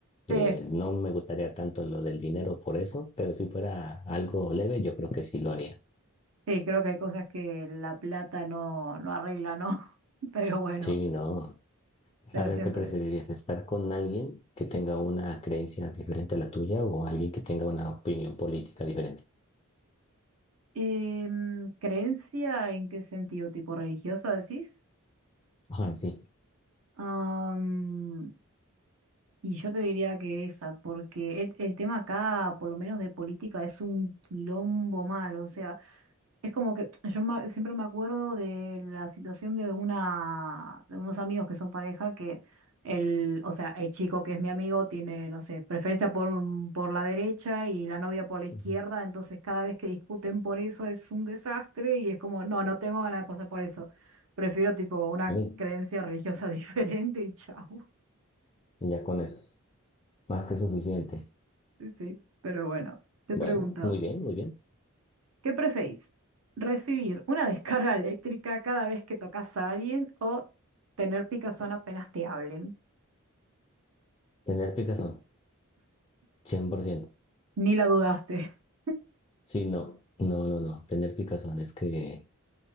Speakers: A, on the left; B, on the right.
A: Eh,
B: Sí,
A: no me gustaría tanto lo del dinero por eso, pero si fuera algo leve, yo creo que sí lo haría.
B: Sí, creo que hay cosas que la plata no, no arregla, ¿no? <laughs> Pero bueno,
A: Sí, no.
B: pero
A: A ver,
B: siempre.
A: ¿qué preferirías? ¿Estar con alguien que tenga una creencia diferente a la tuya o alguien que tenga una opinión política diferente?
B: Em, ¿creencia en qué sentido? ¿Tipo religiosa decís?
A: Ajá, sí.
B: Am, y yo te diría que esa, porque el, el tema acá, por lo menos de política, es un quilombo malo. O sea, Es como que <tsk> yo ma- siempre me acuerdo de la situación de una de unos amigos que son pareja que el, o sea, el chico que es mi amigo tiene, no sé, preferencia por un- por la derecha y la novia por la izquierda,
A: Ujú.
B: entonces cada vez que discuten por eso es un desastre y es como, no, no tengo ganas de pasar por eso. Prefiero tipo una
A: Ok,
B: creencia religiosa <laughs> diferente y chau.
A: ya con eso. Más que
B: Sí,
A: suficiente.
B: sí, sí, pero bueno, te
A: Bueno,
B: pregunto.
A: muy bien, muy bien.
B: ¿Qué preferís? ¿Recibir una descarga <laughs> eléctrica cada vez que tocas a alguien o tener picazón apenas te hablen?
A: Tener picazón, 100%.
B: Ni la dudaste. <laughs>
A: Sí, no, no, no, no. Tener picazón es que...